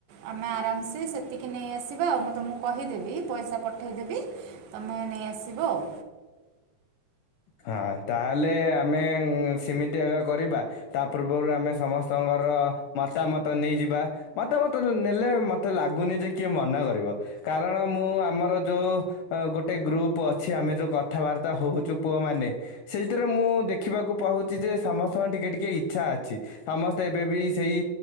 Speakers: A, on the right; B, on the left.
A: ଆମେ ଆରାମସେ ସେତିକି ନେଇଆସିବା ଆଉ ମୁଁ ତମକୁ କହିଦେବି ପଇସା ପଠେଇଦେବି ତମେ ନେଇ ଆସିବ ଆଉ।
B: ହଁ ତାହେଲେ ଆମେ ସେମିତି ଆକା କରିବା ତା ପୂର୍ବରୁ ଆମେ ସମସ୍ତଙ୍କର ମତାମତ ନେଇଯିବା। ମତାମତ ନେଲେ ମତେ ଲାଗୁନି ଯେ କିଏ ମନା କରିବ। କାରଣ ମୁଁ ଆମର ଯୋଉ ଗୋଟେ ଗ୍ରୁପ ଅଛି ଆମେ ଯୋଉ କଥାବାର୍ତ୍ତା ହୋଉଛୁ ପୁଅମାନେ ସେଇଥିରେ ମୁଁ ଦେଖିବାକୁ ପାଉଛି ଯେ ସମସ୍ତଙ୍କ ଟିକେ ଟିକେ ଇଚ୍ଛା ଅଛି। ସମସ୍ତେ ଏବେ ବି ସେଇ